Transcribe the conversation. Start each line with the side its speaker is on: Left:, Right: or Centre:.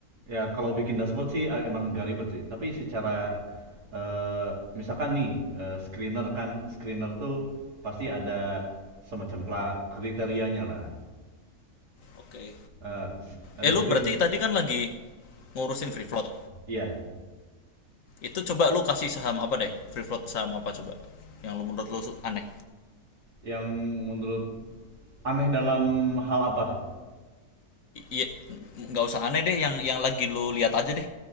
Right: Ya kalau bikin dashboard sih eh, emang nggak ribet sih. Tapi secara eh, misalkan nih eh, screener kan screener tuh pasti ada semacam kla- kriterianya lah.
Left: Oke. Okay.
Right: Eh, eh,
Left: eh
Right: di
Left: lu
Right: kri-
Left: berarti tadi kan lagi ngurusin free float
Right: iya,
Left: itu coba lu kasih saham apa deh free float saham apa coba yang lu menurut lu aneh
Right: yang menurut aneh dalam hal apa?
Left: iya nggak usah aneh deh yang yang lagi lu lihat aja deh